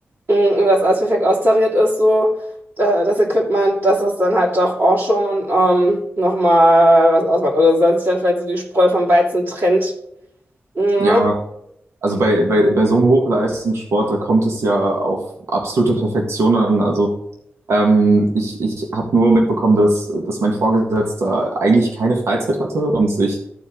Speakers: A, on the right; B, on the right.
A: mh, und das alles perfekt austariert ist, so da- das Equipment, dass das dann halt doch auch schon und, ähm, nochmal was ausmacht. Oder dass sich dann vielleicht so die Spreu vom Weizen trennt. Ja,
B: Ja, Also bei, bei, bei so einem Hochleistungssport, da kommt es ja auf absolute Perfektion an. Also ähm, ich, ich habe nur mitbekommen, dass, dass mein Vorgesetzter eigentlich keine Freizeit hatte und sich